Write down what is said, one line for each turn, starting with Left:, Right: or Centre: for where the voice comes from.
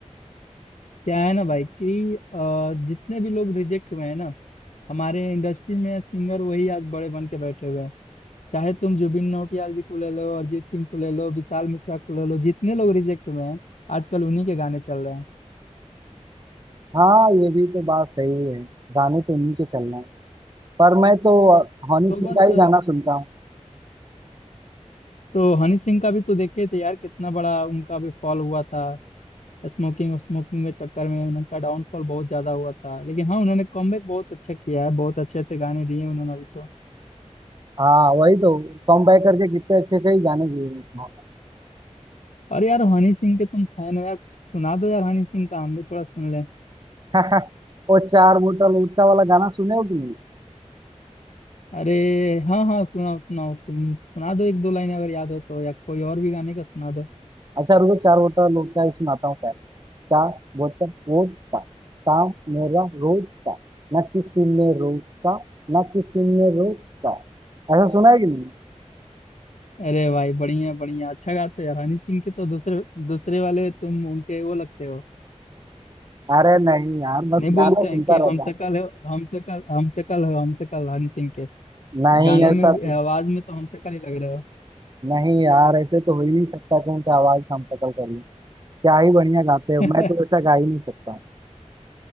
Left: क्या है ना भाई कि अ, जितने भी लोग रिजेक्ट हुए हैं ना हमारे इंडस्ट्री में सिंगर वही आज बड़े बन के बैठे हुए हैं चाहे तुम जुबिन नौटियाल जी को ले लो अरिजीत सिंह को ले लो विशाल मिश्रा को ले लो जितने लोग रिजेक्ट हुए हैं आजकल उन्हीं के गाने चल रहे हैं
Right: हाँ ये भी तो बात सही है गाने तो उन्हीं के चलना है पर मैं तो हनी
Left: तो
Right: सिंह
Left: बस
Right: का ही गाना सुनता हूँ
Left: तो हनी सिंह का भी तो देखे थे यार कितना बड़ा उनका भी फॉल हुआ था स्मोकिंग स्मोकिंग में चक्कर में उनका डाउनफॉल बहुत ज्यादा हुआ था लेकिन हाँ उन्होंने कमबैक बहुत अच्छा किया है बहुत अच्छे अच्छे गाने दिए उन्होंने अभी तो
Right: हाँ वही तो कम बैक करके कितने अच्छे से ही गाने गए
Left: और यार हनी सिंह के तुम फैन हो यार सुना दो यार हनी सिंह का हम भी थोड़ा सुन लें
Right: हैं। <laughs> वो चार बोतल वोडका वाला गाना सुने हो कि नहीं
Left: अरे हाँ हाँ सुनाओ सुनाओ तुम सुना दो एक दो लाइन अगर याद हो तो या कोई और भी गाने का सुना दो
Right: अच्छा रुको चार बोतल वोडका ही सुनाता हूँ पहले चार बोतल वोडका काम मेरा रोज का न किसी ने रोका न किसी ने रोका ऐसा सुना है कि नहीं
Left: अरे भाई बढ़िया बढ़िया अच्छा गाते हो यार हनी सिंह के तो दूसरे दूसरे वाले तुम उनके वो लगते हो
Right: अरे नहीं यार बस
Left: नहीं बोलते
Right: गाना
Left: हैं
Right: सुनता
Left: कि
Right: रहता
Left: हम शकल
Right: हूँ।
Left: है हम शकल हम शकल हो हम शकल हनी सिंह के
Right: नहीं
Left: गाने
Right: ऐसा
Left: में भी-
Right: तो
Left: आवाज में तो हम शकल ही लग रहे हो
Right: नहीं यार ऐसे तो हो ही नहीं सकता कि उनका आवाज हम शकल कर लूं क्या ही बढ़िया गाते हो
Left: <laughs>
Right: मैं तो ऐसा गा ही नहीं सकता हूँ